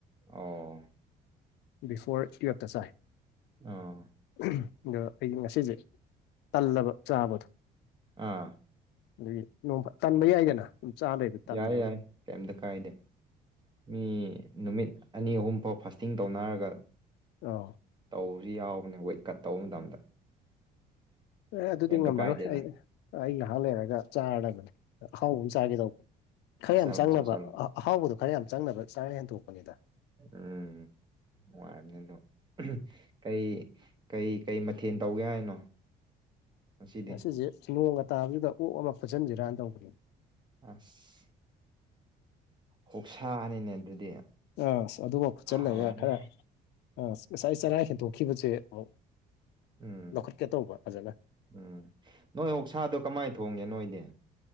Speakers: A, on the right; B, on the left.
A: ꯑꯣ
B: ꯕꯤꯐꯣꯔ ꯇꯨꯌꯦꯜꯞꯇ ꯆꯥꯏ
A: ꯑ
B: ꯑꯗꯣ ꯑꯩꯒꯤ ꯉꯁꯤꯁꯦ ꯇꯜꯂꯕ ꯆꯥꯕꯗꯣ
A: ꯑꯥ
B: ꯑꯗꯒꯤ ꯅꯣꯡ ꯇꯟꯕ ꯌꯥꯏꯗꯅ ꯑꯗꯨꯝ ꯆꯥ ꯂꯩꯕ ꯇꯜꯂꯦꯕ
A: ꯌꯥꯏ ꯌꯥꯏ ꯀꯩꯝꯇ ꯀꯥꯏꯗꯦ ꯃꯤ ꯅꯨꯃꯤꯠ ꯑꯅꯤ ꯑꯍꯨꯝꯐꯥꯎ ꯐꯥꯁꯇꯤꯡ ꯇꯧꯅꯔꯒ
B: ꯑꯥꯎ
A: ꯇꯧꯕꯁꯨ ꯌꯥꯎꯕꯅꯦ ꯋꯦꯠꯀꯠ ꯇꯧꯕ ꯃꯇꯝꯗ
B: ꯑꯦ ꯑꯗꯨꯗꯤ
A: ꯀꯩꯝꯇ
B: ꯉꯝꯃꯔꯣꯏ
A: ꯀꯥꯏꯗꯦꯗ
B: ꯑꯩ ꯑꯩ ꯉꯥꯏꯍꯥꯛ ꯂꯩꯔꯒ ꯆꯥꯅꯕꯅꯦ ꯑꯍꯥꯎꯕ ꯑꯃ ꯆꯥꯒꯦꯗꯧꯕ ꯈꯔ
A: ꯆꯥꯁꯜꯂꯣ
B: ꯌꯥꯝ ꯆꯪꯅꯕ
A: ꯆꯥꯁꯜꯂꯣ
B: ꯑꯍꯥꯎꯕꯗꯣ ꯈꯔ ꯌꯥꯝ ꯆꯪꯅꯕ ꯆꯥꯔ ꯍꯦꯟꯗꯣꯛꯄꯅꯤꯗ
A: ꯎꯝ ꯅꯨꯡꯉꯥꯏꯕꯅꯤ ꯑꯗꯣ ꯀꯩ ꯀꯩ ꯀꯩ ꯃꯊꯦꯜ ꯇꯧꯒꯦ ꯍꯥꯏꯅꯣ ꯉꯁꯤꯗꯤ
B: ꯉꯁꯤꯁꯦ ꯅꯣꯡꯒ ꯇꯥꯕꯁꯤꯗ ꯑꯣꯛ ꯑꯃ ꯐꯨꯠꯆꯟꯁꯤꯔꯅ ꯇꯧꯕꯅꯦ
A: ꯑꯁ ꯍꯣꯛꯁꯥꯅꯤꯅꯦ ꯑꯗꯨꯗꯤ
B: ꯑ ꯑꯗꯨꯃ ꯐꯨꯠꯆꯜꯂꯒ
A: ꯍꯥꯎꯔꯅꯤ
B: ꯈꯔ ꯑ ꯉꯁꯥꯏ ꯆꯔ ꯍꯦꯟꯗꯣꯛꯈꯤꯕꯁꯦ ꯑꯃꯨ
A: ꯎꯝ
B: ꯂꯧꯈꯠꯀꯦ ꯇꯧꯕ ꯐꯖꯅ
A: ꯎꯝ ꯅꯣꯏ ꯑꯣꯨ ꯁꯥꯗꯣ ꯀꯃꯥꯏꯅ ꯊꯣꯡꯒꯦ ꯅꯣꯏꯗꯤ